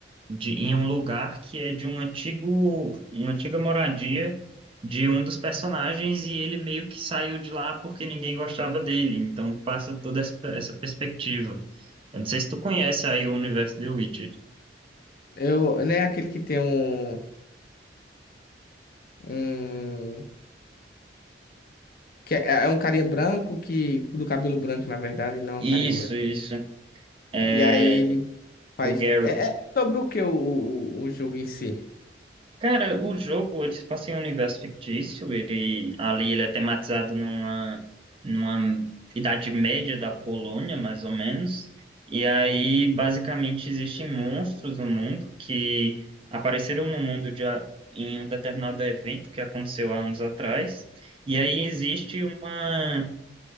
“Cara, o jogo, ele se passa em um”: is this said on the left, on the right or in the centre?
Right